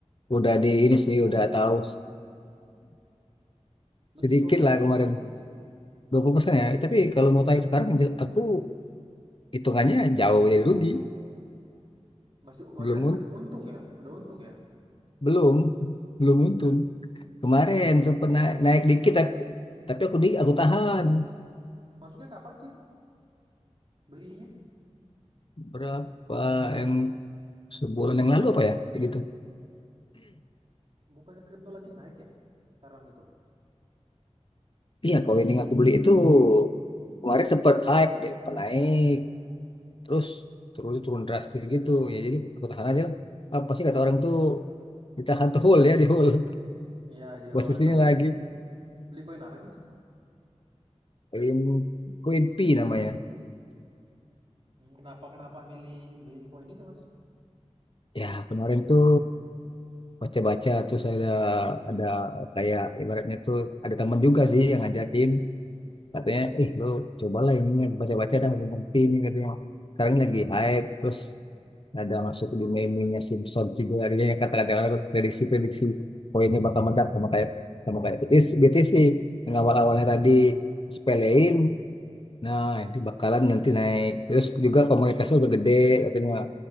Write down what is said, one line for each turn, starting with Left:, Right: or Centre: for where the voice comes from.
Left: udah di ini
Right: iya
Left: sih
Right: sekarang
Left: udah
Right: itu
Left: tahu <laughs>
Right: mending
Left: sedikit
Right: 20%
Left: lah kemarin
Right: aja mas.
Left: 20% ya tapi kalau mau tanya sekarang je- aku hitungannya jauh dari rugi
Right: Masih berarti,
Left: belum
Right: berarti untung ya, udah untung ya.
Left: Belum, belum untung. Kemarin
Right: Nah, Mas
Left: sempat naik,
Right: masuknya
Left: naik dikit tapi, tapi aku di, aku tahan.
Right: masuknya kapan sih itu belinya?
Left: Berapa yang sebulan yang lalu apa ya? Kayak gitu.
Right: Bukannya kripto lagi naik ya sekarang itu?
Left: Iya, koin yang aku beli itu kemarin sempat hype, dia sempat naik, terus turun turun drastis gitu. Ya jadi aku tahan aja lah. Apa sih
Right: Oh,
Left: kata orang tuh ditahan tuh <laughs> hold ya, di hold.
Right: ya di
Left: Buat
Right: awal
Left: sini
Right: itu beli
Left: lagi
Right: beli koin apa sih mas?
Left: koin koin P namanya.
Right: Hmm, Kenapa kenapa milih beli koin itu mas?
Left: Ya, kemarin tuh baca-baca terus ada ada kayak ibaratnya tuh ada teman juga sih yang ngajakin katanya, "Ih, lu cobalah ininya baca-baca dah belum ngerti ini," katanya. Sekarang lagi hype terus ada masuk di meme-nya Simpsons juga akhirnya yang kata ada orang terus prediksi-prediksi poinnya bakal meledak sama kayak sama kayak BTS, BTS sih yang awal-awalnya tadi sepelein
Right: Hmm,
Left: nah itu bakalan nanti naik terus juga komunitasnya udah gede katanya